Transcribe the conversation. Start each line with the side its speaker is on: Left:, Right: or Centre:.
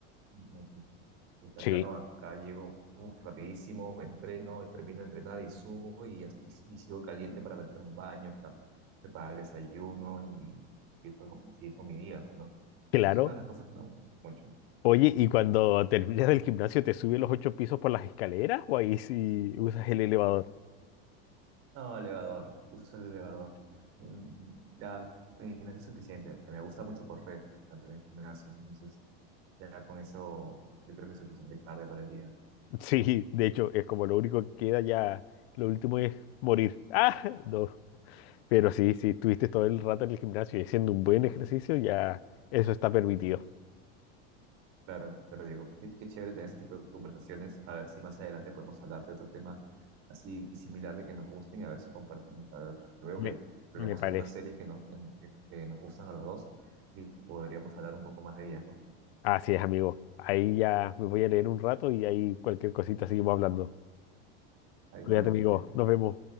Right: Entonces, desde
Left: Sí,
Right: acá no, acá llego uf, rapidísimo, entreno, termino de entrenar y subo y, as- y, y sigo caliente para meterme un baño, ca- preparar el desayuno y, ir con, seguir con mi día, pues, ¿no?
Left: claro.
Right: Eso es una de las cosas que me gusta mucho.
Left: Oye, ¿y cuando terminas del gimnasio te subes los ocho pisos por las escaleras o ahí sí usas el elevador?
Right: No, elevador, uso el elevador. Mm, Ya en el gimnasio es suficiente, me gusta mucho correr antes del gimnasio, entonces ya con eso yo creo que es suficiente carga para el día.
Left: Sí, de hecho, es como lo único que queda ya, lo último es morir. <laughs> Ah, no. Pero sí, si estuviste todo el rato en el gimnasio y haciendo un buen ejercicio, ya eso está permitido.
Right: Claro, pero Diego. qué, qué chévere tener ese tipo de conversaciones. A ver si más adelante podemos hablar de otro tema así similar de que nos gusten y a ver si compartimos. A ver, veo
Left: Me,
Right: que tenemos
Left: me parece.
Right: algunas series que nos, en- que, que nos gustan a los dos y podríamos hablar un poco más de ellas, ¿no?
Left: Así es, amigo. Ahí ya me voy a leer un rato y ahí cualquier cosita seguimos hablando.
Right: Ahí
Left: Cuídate,
Right: nos vemos,
Left: amigo.
Right: cuídate.
Left: Nos vemos.